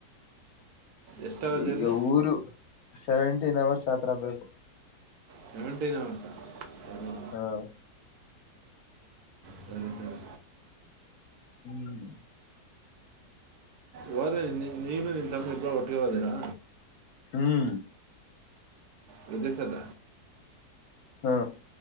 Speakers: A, on the right; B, on the left.
A: ಎಷ್ಟು ಅವರ್ ಜರ್ನಿ
B: ಈಗ ಊರು ಸೆವೆಂಟೀನ್ ಅವರ್ಸ್ ಅತ್ರ ಬೇಕು
A: ಸೆವೆಂಟೀನ್ ಅವರ್ಸಾ ಸರಿ
B: ಹಾ
A: ಸರಿ ಸರಿ
B: ಹ್ಮ್
A: ವರ ನೀನು ನಿನ್ ತಮ್ಮಿ ಇಬ್ಬ್ರ ಒಟ್ಟಿಗೆ ಹೊದಿರಾ
B: ಹ್ಮ್
A: ಹೃದಿಸದ
B: ಹಾ